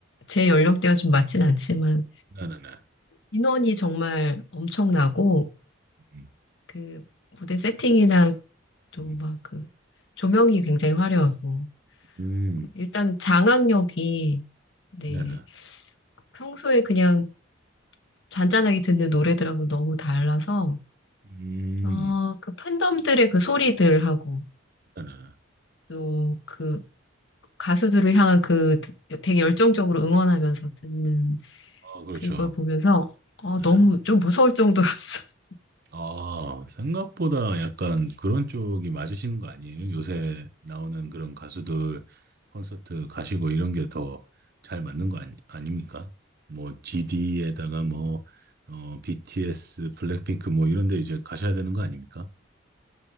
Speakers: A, on the left; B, on the right.
A: 제 연령대가 좀 맞진 않지만
B: 네네네.
A: 인원이 정말 엄청나고
B: 음,
A: 그 무대 세팅이나 또
B: 음,
A: 막 그 조명이 굉장히 화려하고
B: 음,
A: 일단 장악력이 네
B: 네네.
A: 평소에 그냥 잔잔하게 듣는 노래들하고 너무 달라서,
B: 음,
A: 어, 그 팬덤들의 그 소리들하고,
B: 네네네.
A: 또 그 가수들을 향한 그 되게 열정적으로 응원하면서 듣는
B: 아, 그렇죠.
A: 그걸 보면서, 어,
B: 네.
A: 너무 좀 무서울 정도였어. <laughs>
B: 아, 생각보다 약간 그런 쪽이 맞으시는 거 아니에요? 요새 나오는 그런 가수들 콘서트 가시고 이런 게 더 잘 맞는 거 아니, 아닙니까? 뭐 GD에다가 뭐 어, BTS, 블랙핑크 뭐 이런 데 이제 가셔야 되는 거 아닙니까?